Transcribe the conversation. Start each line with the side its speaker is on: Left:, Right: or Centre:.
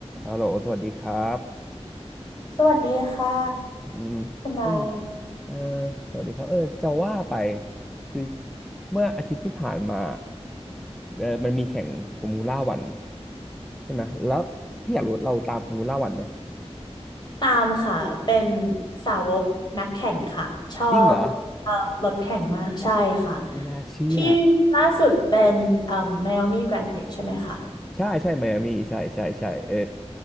Centre: ฮัลโหลสวัสดีครับ
Left: สวัสดีค่ะ
Centre: อืมเอม
Left: คุณนาย
Centre: เออสวัสดีครับเออจะว่าไป คือเมื่ออาทิตย์ที่ผ่านมาเออมันมีแข่งฟอร์มูล่าวันใช่ไหม แล้วพี่อยากรู้เราตามฟอร์มูล่าวันไหม
Left: ตามค่ะเป็นสาวกนักแข่งค่ะชอบเอ่อรถแข่งมากใช่ค่ะ
Centre: จริงเหรอ ไม่น่าเชื่อ
Left: ที่ล่าสุดเป็นเอ่อไมอามี่แกรนด์พริกใช่ไหมคะ
Centre: ใช่ใช่ไมอามี่ใช่ใช่ใช่เออ